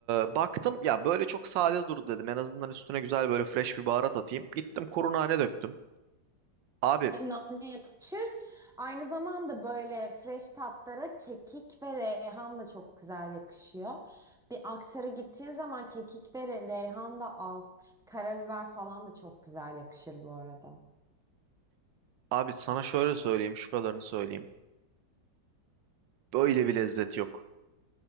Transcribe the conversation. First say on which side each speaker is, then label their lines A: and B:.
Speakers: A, on the right; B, in the centre.
A: baktım ya böyle çok sade durdu dedim. En azından üstüne güzel böyle fresh bir baharat atayım. Gittim kuru nane döktüm. Abi,
B: E, Nane yakışır. Aynı zamanda böyle fresh tatlara kekik ve reyhan da çok güzel yakışıyor. Bir aktara gittiğin zaman kekik ve re- reyhan da al. Karabiber falan da çok güzel yakışır bu arada.
A: abi sana şöyle söyleyeyim, şu kadarını söyleyeyim. Böyle bir lezzet yok.